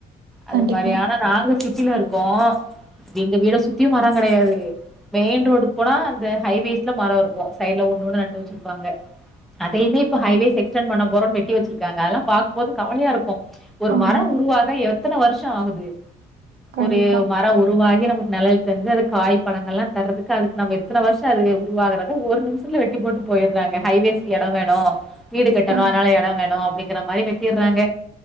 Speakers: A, in the centre; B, on the right.
A: அது
B: கண்டிப்பா.
A: மாரி ஆனா நாங்க சிட்டில இருக்கோ எங்க வீட சுத்தியு மர கெடையாது மெயின் ரோடுக்கு போனா அந்த ஹைவேஸ்ல மர இருக்கு சைடு்ல ஒண்ணு ஒன்னு நட்டு வச்சிருப்பாங்க அதையுமே இப்ப ஹைவேஸ் எக்ஸ்டன் பண்ண போறம்னு வெட்டி வச்சிருக்காங்க அதெல்லா பாக்கும்போது கவலையாருக்கு ஒரு
B: ஆமா.
A: மர உருவாக எத்தன வருஷம் ஆகுது
B: கண்டிப்பா.
A: ஒரு மர உரு ப்டி நமக்கு நெழல் தந்து அது காய் பழங்கள்லா தறதுக்கு அதுக்கு நம்ம எத்தன வருஷம் அது உருவாகறத ஒரு நிமிஷத்துல வெட் போட்டு போயிறாங்க ஹைவேஸ்க்கு எடம் வேணு வீடு கட்டணு
B: கண்
A: அதனால எட வேணு அப்டிங்கிற மாரி வெட்டிறாங்க